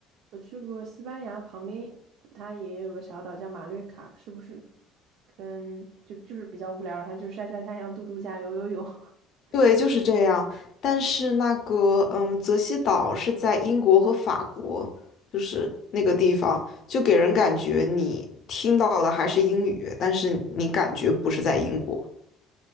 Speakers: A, on the right (about 65°); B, on the left (about 45°).
A: 我去过西班牙旁边，它也有个小岛叫马略卡，是不是跟就就是比较无聊，然后就晒晒太阳、度度假、游游泳。<laughs>
B: 对，就是这样。但是那个，嗯，泽西岛是在英国和法国，就是那个地方，就给人感觉你听到的还是英语，但是你感觉不是在英国，